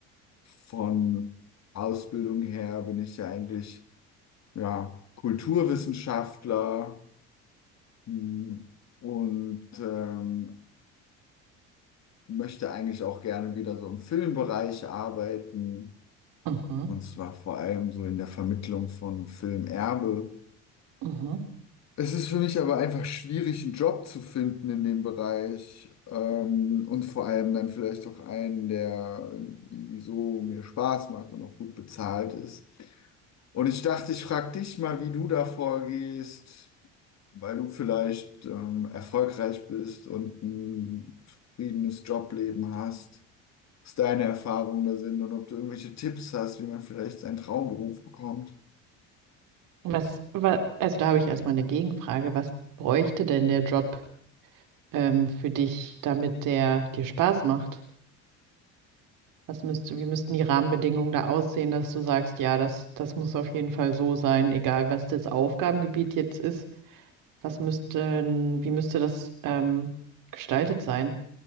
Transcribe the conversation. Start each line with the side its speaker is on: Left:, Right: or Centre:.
Left: Von Ausbildung her bin ich ja eigentlich ja, Kulturwissenschaftler hm, und ähm, möchte eigentlich auch gerne wieder so im Filmbereich arbeiten.
Right: mhm,
Left: Und zwar vor allem so in der Vermittlung von Filmerbe.
Right: mhm.
Left: Es ist für mich aber einfach schwierig, einen Job zu finden in dem Bereich. Ähm, und vor allem dann vielleicht auch einen, der irgendwie so mir Spaß macht und auch gut bezahlt ist. Und ich dachte, ich frage dich mal, wie du da vorgehst, weil du vielleicht ähm, erfolgreich bist und ein zufriedenes Jobleben hast, was deine Erfahrungen da sind und ob du irgendwelche Tipps hast, wie man vielleicht seinen Traumberuf bekommt.
Right: Was, wa- also da habe ich erstmal eine Gegenfrage. Was bräuchte denn der Job ähm, für dich, damit der dir Spaß macht? Was müsste, wie müssten die Rahmenbedingungen da aussehen, dass du sagst, ja, das, das muss auf jeden Fall so sein, egal was das Aufgabengebiet jetzt ist. Was müsste, wie müsste das ähm, gestaltet sein,